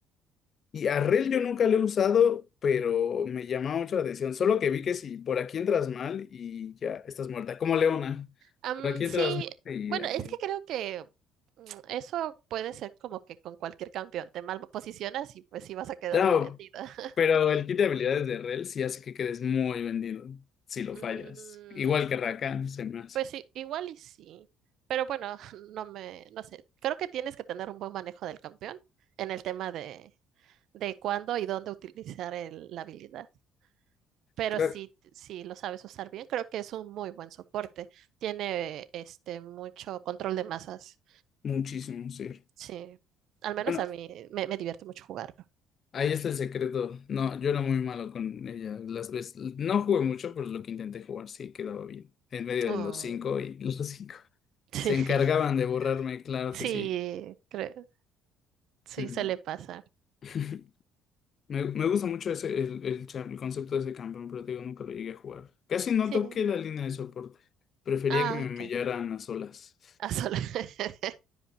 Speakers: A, on the left (about 50°); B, on the right (about 65°).
A: Y a Rel yo nunca lo he usado, pero me llama mucho la atención. Solo que vi que si por aquí entras mal y ya estás muerta, como Leona.
B: Am,
A: Por aquí
B: sí,
A: entras mal y
B: bueno,
A: adiós.
B: es que creo que mm, eso puede ser como que con cualquier campeón te mal posicionas y pues sí vas a quedar
A: No,
B: muy vendida. <laughs>
A: pero el kit de habilidades de Rel sí hace que quedes muy vendido si lo
B: Mm,
A: fallas. Igual que Rakan, se me hace.
B: pues sí, igual y sí. Pero bueno, <laughs> no me, no sé. Creo que tienes que tener un buen manejo del campeón en el tema de, de cuándo y dónde utilizar el- la habilidad. Pero
A: Claro.
B: si, si lo sabes usar bien, creo que es un muy buen soporte. Tiene este mucho control de masas.
A: Muchísimo, sí.
B: Sí, al menos
A: Bueno,
B: a mí me, me divierte mucho jugarlo.
A: Ahí está el secreto. No, yo era muy malo con ella. Las veces, no jugué mucho, pero lo que intenté jugar sí quedaba bien. En medio
B: Oh,
A: de los cinco y <laughs> los cinco.
B: sí,
A: Se encargaban
B: <laughs>
A: de borrarme, claro
B: sí,
A: que sí.
B: creo, sí
A: Mm.
B: suele pasar.
A: <laughs> Me, me gusta mucho ese, el, el cha- el concepto de ese campeón, pero te digo, nunca lo llegué a jugar. Casi no
B: Sí,
A: toqué la línea de soporte. Prefería
B: ah,
A: que me humillaran
B: ok.
A: a solas.
B: Ah, solo. <laughs>